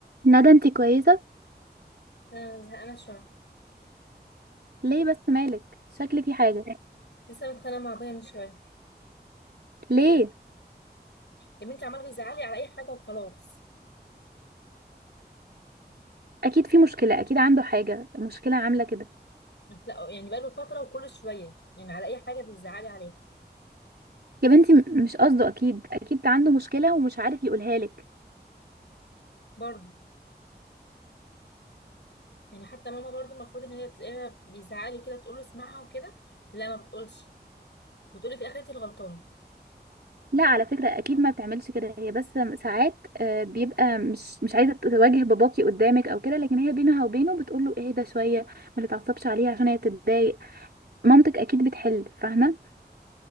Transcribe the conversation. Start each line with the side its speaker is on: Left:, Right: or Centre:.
Right: ندى انت كويسة
Left: انا زهقانه شويه
Right: ليه بس مالك شكل في حاجة
Left: لسه متخانقه مع ابويا من شويه
Right: ليه
Left: يا بنتي عمال بيزعلي على اي حاجه وخلاص
Right: اكيد في مشكلة اكيد عنده حاجة مشكلة عاملة كده
Left: لا يعني بقاله فتره وكل شويه يعني على اي حاجه بيزعلي عليها
Right: يا بنتي م- مش قصده اكيد اكيد عنده مشكلة ومش عارف يقولها لك
Left: برضه يعني حتى ماما برضه المفروض ان هي تلاقيها بيزعلي كده تقول له اسمعها وكده لا ما بتقولش بتقولي في اخرتي الغلطان
Right: لا على فكرة اكيد ما بتعملش كده هي بس ساعات آه، بيبقى مش مش عايزة تواجه باباكي قدامك او كده لكن هي بينها وبينه بتقول له اهدى شوية ما تتعصبش عليها عشان هي تتضايق مامتك اكيد بتحل فاهمة